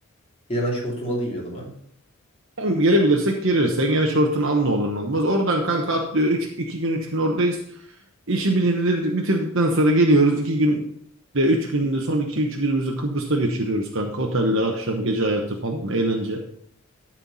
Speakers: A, on the left; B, on the right.
A: Yine ben şortumu alayım yanıma.
B: Hem girebilirsek gireriz. Sen gene şortunu al ne olur ne olmaz. Oradan kanka atlıyor. 3 2 gün 3 gün oradayız. İşi bitir- bitirdikten sonra geliyoruz. 2 gün de 3 günde son iki üç günümüzü Kıbrıs'ta geçiriyoruz kanka. Oteller, akşam, gece hayatı falan eğlence.